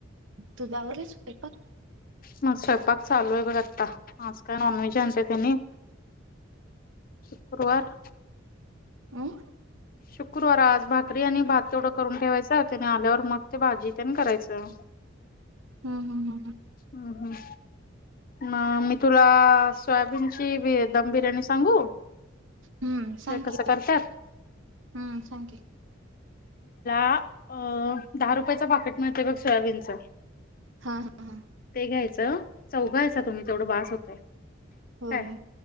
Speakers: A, on the right (about 70°); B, on the left (about 45°).
A: तुझं आवरलं स्वयंपाक
B: मग स्वयं पाक चालू आहे बघ आत्ता आज काय नॉनव्हेज आणत्यात ह्यांनी शुक्कुरवार.
A: अम्म?
B: शुक्कुरवार आज भाकरी आणि भात तेवढं करून ठेवायचं त्यानी आल्यावर मग ते भाजी तेन कराय अच्छा.
A: हम्म हम्म हम्म हम्म.
B: हम्म हम्म. म मी तुला सोयाबीनची बी दम बिर्याणी सांगू?
A: हम्म सांग
B: हे कसं
A: की
B: करतात?
A: हम्म सांग की.
B: आ अ दहा रुपयचं पाकीट मिळतंय बघ सोयाबीनच.
A: हां हां हां.
B: घ्यायच चौघाअच असता तुम्ही तेवढं बास होतय.
A: होय
B: काय